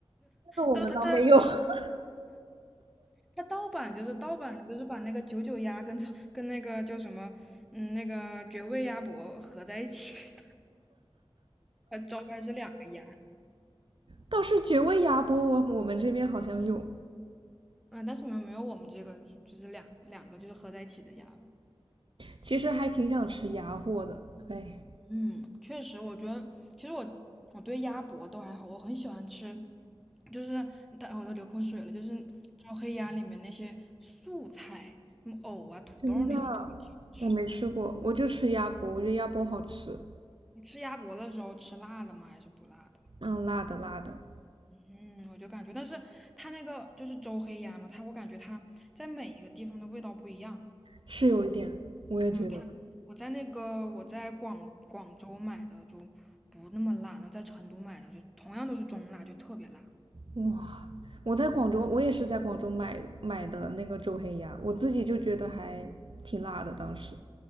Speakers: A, on the right; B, in the centre.
A: 个我们倒没有。
B: 但它它
A: <laughs>
B: 它盗版就是盗版的，就是把那个九九鸭跟超跟那个叫什么，嗯，那个绝味鸭脖合在一起 <laughs> 它招牌是两个鸭，
A: 倒是绝味鸭脖，我我们这边好像有，
B: 嗯，但是你们没有我们这个就是两两个就是合在一起的鸭吧？
A: 其实还挺想吃鸭货的，哎，
B: 嗯，确实，我觉得其实我我对鸭脖都还好，我很喜欢吃，就是但我都流口水了，就是招黑鸭里面那些素菜，什么藕啊、土豆那些，
A: 真的，
B: 我特别喜欢吃。
A: 我没吃过，我就吃鸭脖，我觉得鸭脖好吃，
B: 你吃鸭脖的时候吃辣的吗？还是不辣的？
A: 嗯，辣的辣的，
B: 嗯，我就感觉，但是它那个就是周黑鸭嘛，它我感觉它在每一个地方的味道不一样。
A: 是有一点，我也觉得，
B: 嗯，它我在那个我在广广州买的就不那么辣，那在成都买的就同样都是中辣，就特别辣。
A: 哇，我在广州，我也是在广州买买的那个周黑鸭，我自己就觉得还挺辣的，当时